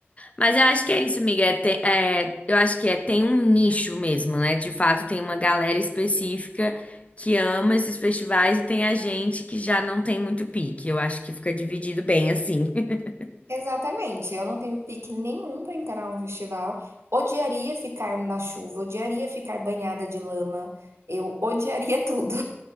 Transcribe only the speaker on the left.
Mas eu acho que é isso, amiga. É, tem- é, eu acho que é, tem um nicho mesmo, né? De fato, tem uma galera específica que ama esses festivais e tem a gente que já não tem muito pique. Eu acho que fica dividido bem assim. <laughs>